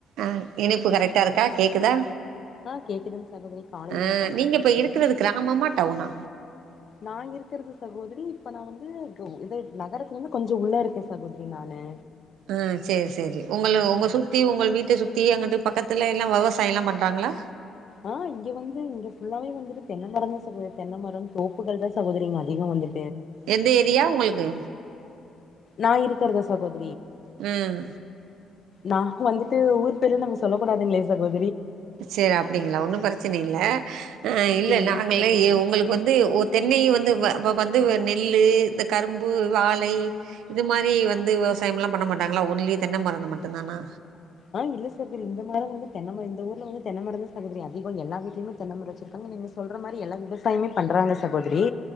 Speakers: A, on the right; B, on the left.
A: ஆஹ் இனிப்பு கரெக்டா இருக்கா கேக்குதா
B: ஆஹ் கேக்குதுங்க சகோதரி காலை
A: ஆ
B: வணக்கம்
A: நீங்க
B: சகோதரி
A: இப்ப இருக்கிறது கிராமமா டவுனா
B: நா இருக் இருக்கிறது சகோதரி இப்ப நான் வந்து இத நகரத்துல இருந்து கொஞ்சம் உள்ள இருக்கேன் சகோதரி நானு
A: ஆஹ் செரி செரி உங்க உங்க சுத்தி உங்க வீட்ட சுத்தி அங்கட்டு பக்கத்துல எல்லாம் வெவசாயல்லாம் பண்றாங்களா
B: ஆஹ் இங்க வந்து இங்க ஃபுல்லாவே வந்துட்டு தென்ன மரம் தான் சகோதரி தென்ன மரம் தோப்புகள் தான் சகோதரி அதிகம் வந்து
A: எந்த ஏரியா உங்களுக்கு
B: நான் இருக்கிறதா சகோத
A: உம்
B: நாங்க வந்துட்டு ஊர் பேரு நம்ம சொல்லக்க கூடாதுங்களே சகோ
A: சேர் அப்படிங்களா ஒன்னும் பெரச்சன இல்ல ஆஹ் இல்ல
B: சேரிங்க
A: நாங்களே
B: சகோதரி
A: உங்களுக்கு வந்துஓ தென்னையும் வந்து இப்ப வந்து நெல்லு இந்த கரும்பு வாழை இது மாரி வந்து விவசாயம் எல்லாம் பண்ண மாட்டாங்களா ஓன்லி தென்னமரம் மட்டும்தானா
B: ஆஹ் இல்ல சகோரி இந்த மாரி வந்து தென்னை மரம் இந்த ஊர்ல வந்து தென்னமரம் தான் சகோதரி அதிகம் எல்லா வீட்டுலயுமே தென்ம மரம் வச்சிருக்காங்க நீங்க சொல்ற மாரி எல்லா விவசாயமே பண்றாங்க சகோத்ரி